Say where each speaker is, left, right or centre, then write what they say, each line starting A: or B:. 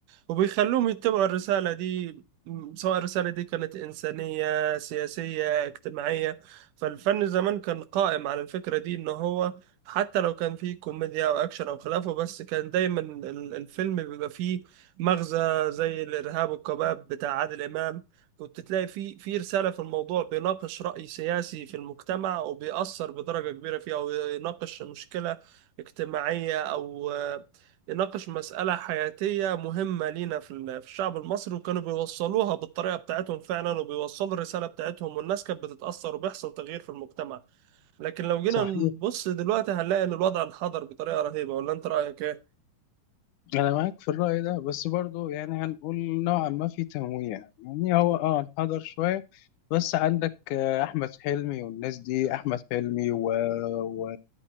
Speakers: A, on the right (about 80°); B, on the left (about 80°).
A: وبيخلوهم يتبعوا الرسالة دي م- سواء الرسالة دي كانت إنسانية سياسية اجتماعية فالفن زمان كان قائم على الفكرة دي إن هو حتى لو كان فيه كوميديا أو أكشن أو خلافه بس كان دايما ال- الفيلم بيبقى فيه مغزى زي الإرهاب والكباب بتاع عادل إمام كنت تلاقي فيه في رسالة في الموضوع بيناقش رأي سياسي في المجتمع وبيأثر بدرجة كبيرة فيه أو يناقش مشكلة اجتماعية أو يناقش مسألة حياتية مهمة لينا في ال- في الشعب المصري وكانوا بيوصلوها بالطريقة بتاعتهم فعلا وبيوصلوا الرسالة بتاعتهم والناس كانت بتتأثر وبيحصل تغيير في المجتمع لكن لو جينا
B: صحيح
A: نبص دلوقتي هنلاقي إن الوضع انحدر بطريقة رهيبة ولا أنت رأيك إيه؟
B: انا معاك في الرأي ده بس برضو يعني هنقول نوعا ما في تنويع يعني هو اه انحدر شوية بس عندك آه، احمد حلمي والناس دي احمد حلمي و... و...